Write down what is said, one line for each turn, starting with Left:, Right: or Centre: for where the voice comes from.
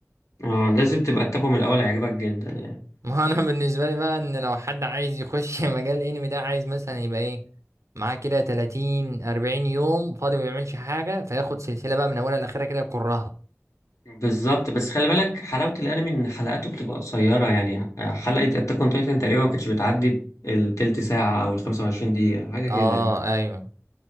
Left: اه لازم تبقى تتابعه من الاول هيعجبك جدا يعني
Right: ما هو انا <laughs> بالنسبه لي بقى ان لو حد عايز يخش <laughs> مجال انمي ده عايز مثلا يبقى ايه معاه كده 30 40 يوم فاضي ما بيعملش حاجه فياخد سلسله بقى من اولها لاخرها كده يكرها
Left: بالظبط بس خلي بالك حلاوة الأنمي إن حلقاته بتبقى قصيرة يعني حلقة أتاك أون تايتن تقريبا ما كانتش بتعدي التلت ساعة أو الخمسة وعشرين دقيقة حاجة
Right: اه
Left: كده يعني
Right: ايوه